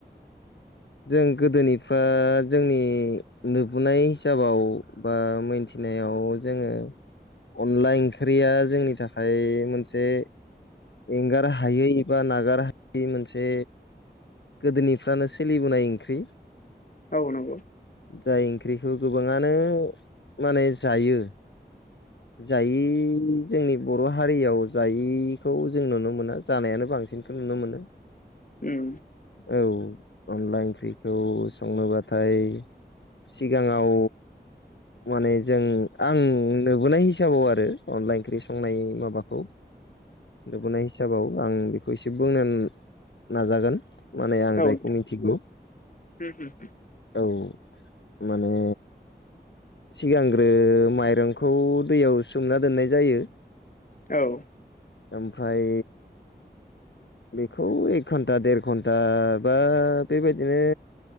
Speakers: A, on the left; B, on the left.
A: जों गोदोनिफ्रा जोंनि नुबोनाय हिसाबाव बा मोनथि फिनायाव जोङो अनला ओंख्रिया जोंनि थाखाय मोनसे एगार हायो बा नागारहायि मोनसे गोदोनिफ्रानो सोलिबोनाय ओंख्रि
B: औ नंगौ।
A: जाय ओंख्रिखौ गोबाङानो माने जायो। जायै जोंनि बर' हारियाव जायि खौ जों नुनो मोना। जानायानो बांसिनखौ नुनो मोनो।
B: उम।
A: औ अनला ओंख्रिखौ संनोबाथाय सिगाङाव माने जों आं नुबोनाय हिसाबाव आरो अनलाइ ओंख्रि संनाय माबाखौ नुबोनाय हिसाबाव आं बेखौ एसे बुंनो नाजागोन। माने आं
B: औ औ
A: जायखौ मिथिगौ।
B: होम होम
A: औ माने सिगांग्रो माइरंखौ दैयाव सोमना दोननाय जायो।
B: औ।
A: ओमफ्राय बेखौ एक घन्टा देर घन्टा बा बे बायदिनो